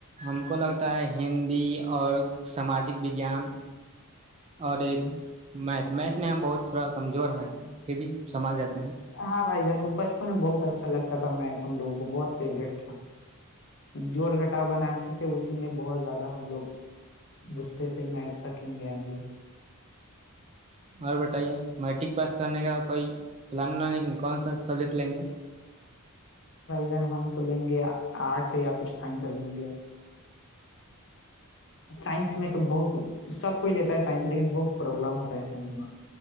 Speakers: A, on the right (about 30°); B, on the left (about 55°).
A: ہم کو لگتا ہے ہندی اور ساماجک وجیان
B: جان
A: اور ایک میتھ میتھ میں ہم بہت تھوڑا کمزور ہے پھر بھی سمج ج
B: ہاں بھائی جان بچپن میں بہت اچھا لگتا تھا میں ہم لوگوں کو بہت فیوریٹ تھا جوڑ گھٹا بناتے تھے اسی میں بہت زیادہ ہم لوگ بوجھتے تھے میتھ کا کہن گ ہم لوگ
A: اور بتائیے میٹرک پاس کرنے کا کوئی پلان لیکن کون سا سبجیکٹ لیں گے
B: بن ہم تو لیں گے آرٹ یا پھر سائنس لیں گے سائنس میں تو بہت سب کوئی لیتا ہے سائس لیکن بہت پربلم ہوتا ہے سائ میں